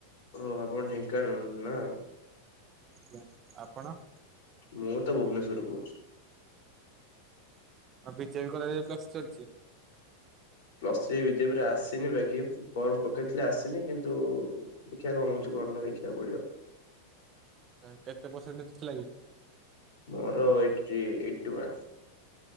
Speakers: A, on the left; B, on the right.
A: ଓ ଆପଣ ଢେଙ୍କାନାଳ ରୁ ନା?
B: ଆଜ୍ଞା, ଆପଣ?
A: ମୁଁ ତ ଭୁବନେଶ୍ଵର ରୁ କହୁଛି।
B: ଆଉ ବି <unintelligible> ପ୍ଲସ୍ ଚାଲିଛି।
A: ପ୍ଲସ୍ ଥ୍ରୀ ବିଜେପିରେ ଆସିନି ବାକି ଫର୍ମ ପକେଇଥିଲି ଆସିନି। କିନ୍ତୁ ଦେଖିବା କଣ ହଉଚୁ। ଗଲେ ଦେଖିବାକୁ ପଡିବ।
B: ଆ, କେତେ ପରସେଣ୍ଟ ଥିଲା କି?
A: ମୋର ଏଇଟି, ଏଇଟି ୱାନ୍ସ।